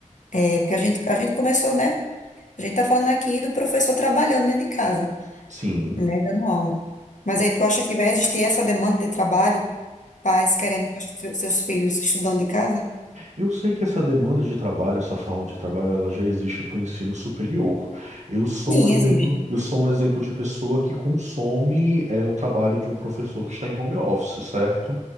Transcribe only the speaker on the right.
Sim.
Eu sei que essa demanda de trabalho, essa forma de trabalho, ela já existe para o ensino superior. Eu sou
um exemplo,
eu sou um exemplo de pessoa que consome é, o trabalho de um professor que está em home office, certo?